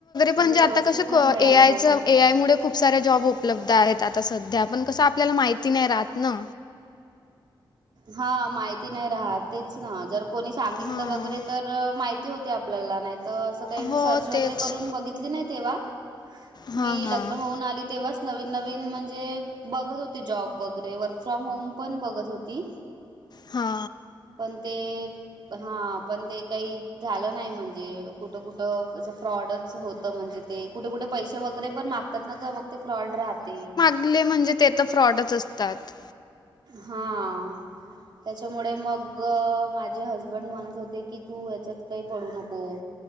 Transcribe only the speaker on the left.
म्हणजे
आता कसं
ख
ए आय
च. ए आय मुळ खूप साऱे जॉब उपलब्ध आहेत आता सध्या, पण कसं आपल्याला माहिती नाही राहत ना.
हां.
हो
तेच.
हां,
हां.
हा!
ले म्हणले म्हणजे ते तर फ्रॉडच असतात.